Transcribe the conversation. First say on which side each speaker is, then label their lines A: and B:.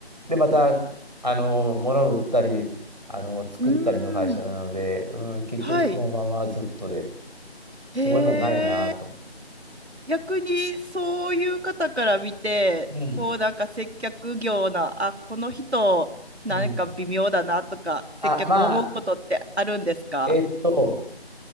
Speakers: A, on the right; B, on the right.
A: で、また、あの、物を売ったり、あの、作ったりの会社なので、
B: うーん。
A: うん、結局そのままずっとで、
B: はい。
A: そういえばないなと思
B: へえ。逆にそういう方から見て、
A: う。うん。
B: こうなんか接客業な、あ、この人なんか微妙だなとか、
A: うん。あ、
B: 接客思うことってあるんですか
A: まあ、えっと、